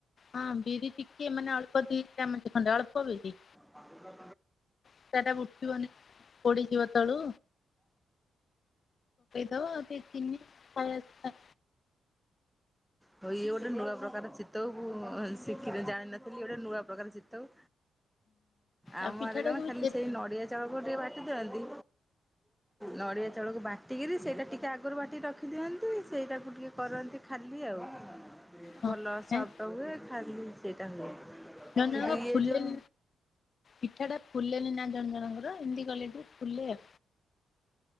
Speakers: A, on the left (about 55°); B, in the centre.
A: ହଁ ବିରି ଟିକେ ମାନେ ଅଳ୍ପ ଦି ଚାମଟ୍ ଖଣ୍ଡେ ଅଳ୍ପ ବିରି।
B: ପାଖ
A: ପିଠାଟା ଉଠିବନି ପୋଡିଯିବ ତଳୁ। ଦବ ସେ ଚିନି ଖାଇବା ଶୋଢା
B: ହୋଉ ଇଏ ଗୋଟେ ନୂଆ ପ୍ରକାର ଚିତୋଉ ଭୁ ଶିଖିଲି ଜାଣିନଥିଲି ଗୋଟେ ନୂଆ ପ୍ରକାର ଚିତୋଉ। ଆମର
A: ଆଉ ପିଠାଟାକୁ
B: କଣ
A: ବି
B: ଖାଲି
A: ଯେ
B: ସେଇ ନଡିଆ ଚାଉଳକୁ ଟିକେ ବା ଟି ଦିଅନ୍ତି, ନଡ଼ିଆ ଚାଉଳକୁ ବାଟିକିରି ସେଇଟା ଟିକେ ଆଗରୁ ବାଟିିକି ରଖିଦିଅନ୍ତି ସେଇଟାକୁ ଟିକେ କରନ୍ତି ଖାଲି ଆଉ।
A: ହଁ
B: ଭଲ ସପଟ
A: ନାଇଁ
B: ହୁଏ ଖାଲି ସେଇଟା ହୁଏ।
A: ଜଣ
B: କିନ୍ତୁ
A: ଜଣଙ୍କ
B: ଇଏ
A: ଫୁଲେନ୍
B: ଯୋଉ
A: ପିଠାଟା ଫୁଲେନି ନା ଜଣ ଜଣଙ୍କର ଏମତି କଲେଠୁ ଫୁଲେ।